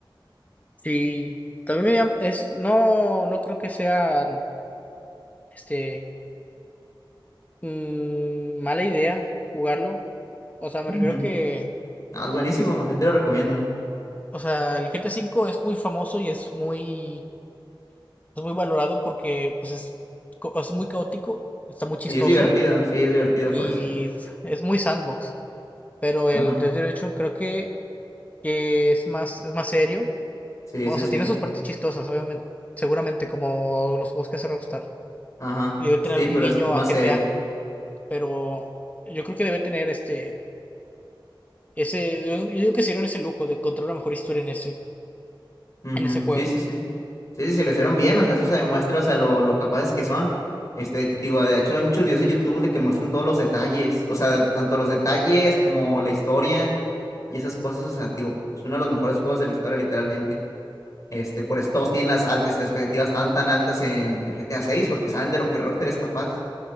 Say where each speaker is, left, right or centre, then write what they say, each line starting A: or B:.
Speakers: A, on the left; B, on the left.
A: sí. También me llama- es no no creo que sea este mm, mala idea jugarlo. O sea, me
B: Ujú.
A: refiero que
B: No, es buenísimo, yo te lo recomiendo.
A: o sea, el GT5 es muy famoso y es muy Es muy valorado porque pues es, co- es muy caótico, está muy chistoso
B: Sí, es divertido, sí, es divertido
A: y
B: por eso.
A: es es muy sandbox. Pero
B: Ajá,
A: el Red Dead Redemption creo que, que es más, es más serio.
B: sí,
A: O
B: sí,
A: sea,
B: sí.
A: tiene sus partes chistosas, obviamente, seguramente como los juegos que hace Rockstar.
B: Ajá,
A: Y debe tener
B: sí,
A: algún
B: pero
A: guiño
B: es más
A: a GTA.
B: serio.
A: Pero yo creo que debe tener este, ese, yo, yo creo que se dieron ese lujo de contar una mejor historia en ese,
B: Ujú,
A: en ese juego.
B: Sí, sí, sí. Sí, sí, sí, lo hicieron bien, o sea, eso se demuestra, o sea, lo, lo capaces que son. Este, te digo, de hecho, hay muchos videos en YouTube de que muestran todos los detalles, o sea, tanto los detalles como la historia y esas cosas, o sea, te digo, pues uno de los mejores juegos de la historia, literalmente. Este, por eso todos tienen las altas, las expectativas tan, tan altas en, en GTA 6, porque saben de lo que Rockstar es capaz.